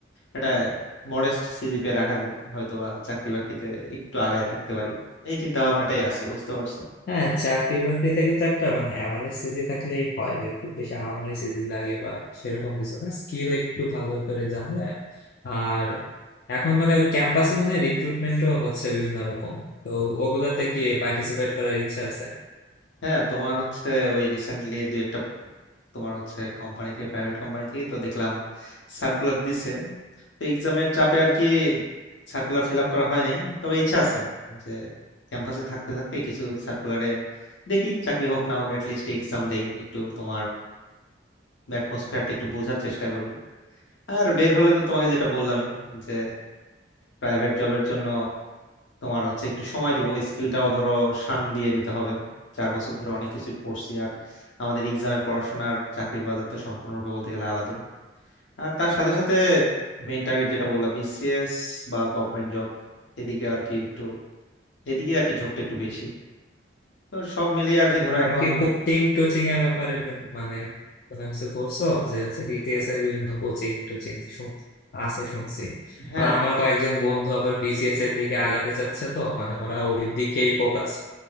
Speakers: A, on the left (about 80°); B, on the left (about 50°).
A: এটা মডেস্ট সিজিপিএ রাখা যায় হয়তোবা চাকরি বাকরিতে একটু আগায় থাকতে পারি এই চিন্তা ভাবনাটাই আছে বুঝতে পারছো
B: হ্যাঁ চাকরি বাকরিতে কিন্তু একটা মানে অ্যাভারেজ সিজি থাকলেই হয় যে খুব বেশি হামাগুড়ি সিজি লাগে বা সেরকম কিছু না স্কিল একটু ভালো করে জানলে আর এখন মানে ওই ক্যাম্পাসে মনে হয় রিক্রুটমেন্টও হচ্ছে বিভিন্ন রকম তো ওগুলাতে কি পার্টিসিপেট করার ইচ্ছা আছে
A: হ্যাঁ তোমার হচ্ছে ওই রিসেন্টলি দুই একটা তোমার হচ্ছে কোম্পানি থেকে প্রাইভেট কোম্পানি থেকে তো দেখলাম সার্কুলার দিছে তো এক্সামের চাপে আর কি সার্কুলার ফিল আপ করা হয় নাই তবে ইচ্ছা আছে যে ক্যাম্পাসে থাকতে থাকতে কিছু সার্কুলারে দেখি চাকরি হোক না হোক লিস্ট এক্সাম দেই একটু তোমার অ্যাটমসফিয়ারটা একটু বোঝার চেষ্টা করি আর বের হলে তো তোমাকে যেটা বললামই যে প্রাইভেট জবের জন্য তোমার হচ্ছে একটু সময় দিব স্কিলটাও ধরো শান দিয়ে নিতে হবে চার বছর ধরে অনেক কিছু পড়ছি আর আমাদের এক্সামের পড়াশোনার চাকরির বাজার তো সম্পূর্ণরূপে বলতে গেলে আলাদা আর তার সাথে সাথে মেইন টার্গেট যেটা বললাম বিসিএস বা গভর্নমেন্ট জব এদিকে আর কি একটু এদিকে আর কি ঝোঁকটা একটু বেশি তো সব মিলিয়ে আর
B: তো
A: কি ধরো
B: তুমি
A: এখন
B: কি কোচিং টোচিং এর ব্যাপারে ভেব- মানে কোনো কিছু করছো যে হচ্ছে বিসিএস এর বিভিন্ন কোচিং টোচিং আছে শুনছি
A: হ্যাঁ
B: আর আমার কয়েকজন বন্ধু আবার বিসিএস এর দিকে আগাতে চাচ্ছে তো মানে ওরা ওই দিকেই ফোকাস